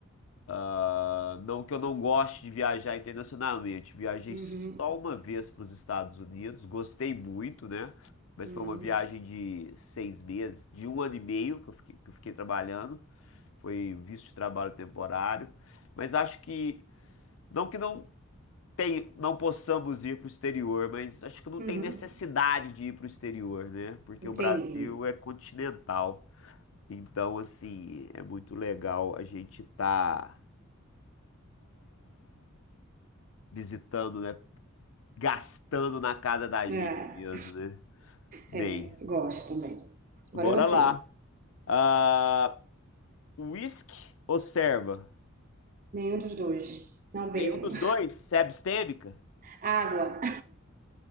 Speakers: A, on the left; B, on the right.
A: Ah, não que eu não goste de viajar internacionalmente. Viajei
B: Uhum,
A: só uma vez para os Estados Unidos, gostei muito, né? Mas
B: uhum,
A: foi uma viagem de seis meses, de um ano e meio que eu fiquei, que eu fiquei trabalhando. foi visto de trabalho temporário, mas acho que não que não tem, não possamos ir para o exterior, mas acho que não
B: uhum.
A: tem necessidade de ir para o exterior, né? Porque
B: Entendi.
A: o Brasil é continental. Então, assim, é muito legal a gente estar visitando, né? Gastando na casa da gente
B: É,
A: mesmo, né? Bem,
B: é, gosto também. Agora
A: bora
B: é você.
A: lá. Ah, whisky ou serva?
B: Nenhum dos dois. Não
A: Nenhum
B: bebo.
A: dos dois? Se é abstêmica?
B: <laughs> Água.